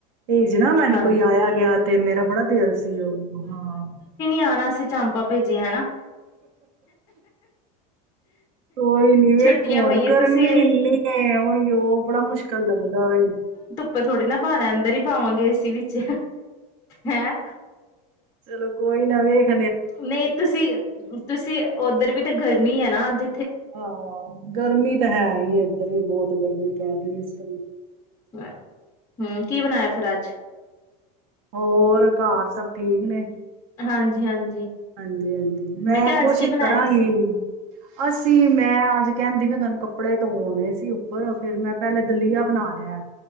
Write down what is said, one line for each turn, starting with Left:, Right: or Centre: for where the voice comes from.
Right: ਭੇਜ ਨਾ ਮੈਨੂੰ
Left: ਹਾਂਜੀ
Right: ਕੋਈ ਆਇਆ ਗਿਆ ਤੇ ਮੇਰਾ ਬੜਾ ਦਿਲ ਸੀ ਉਹ ਹਾਂ
Left: ਜਾਣਾ, ਅਸੀਂ ਚਾਂਪਾ ਭੇਜੀਆਂ ਹੈਨਾ
Right: ਕੋਈ ਨੀ, ਵੇਖ
Left: ਛੁੱਟੀਆਂ
Right: ਹੁਣ
Left: ਪਈਆਂ
Right: ਗਰਮੀ
Left: ਤੁਸੀਂ
Right: ਇਨੀ ਹੈ, ਔ ਹੀ ਔ ਬੜਾ ਮੁਸ਼ਕਿਲ ਲੱਗਦਾ ਏ
Left: ਆਪਾਂ ਥੋੜੇ ਨਾ ਬਣਾਣਾ ਇੱਧਰ ਹੀ ਬਾਵਾਗੇ ਅਸੀਂ ਵਿੱਚ ਹੈਂ
Right: ਚਲੋ ਕੋਈ ਨਾ ਵੇਖ
Left: ਨਹੀਂ ਤੁਸੀਂ ਤੁਸੀਂ ਉੱਧਰ ਵੀ ਤੇ ਘਰ ਮੀਂਹ ਹੈ ਨਾ ਅੱਜ
Right: ਹਾਂ ਗਰਮੀ ਤਾਂ ਹੈ ਹੀ ਏਧਰ ਵੀ ਬਹੁਤ ਗਰਮੀ ਪੈ ਰਹੀ ਹੈ ਇਸ ਸਮਯ
Left: ਹੂ ਕੀ ਬਣਾਇਆ ਫਿਰ ਅੱਜ
Right: ਹੋਰ ਘਰ ਸਭ ਠੀਕ ਨੇ
Left: ਹਾਂਜੀ ਹਾਂਜੀ
Right: ਹਾਂਜੀ ਹਾਂਜੀ ਮੈਂ
Left: ਕਿਹਾ
Right: ਕੋਸ਼ਿਸ਼
Left: ਅੱਜ ਕੀ ਬਣਾਇਆ
Right: ਕਰਾਂਗੀ
Left: ਤੁਸੀਂ?
Right: ਅਸੀਂ ਮੈਂ ਅੱਜ ਕਹਿਣਦੀ ਹ ਤੁਹਾਨੂੰ ਕੱਪੜ ਕੱਪੜੇ ਧੋਣੇ ਸੀ ਉੱਪਰ ਫੇਰ ਮੈਂ ਪਹਿਲੇ ਦਲੀਆ ਬਣਾ ਲਿਆ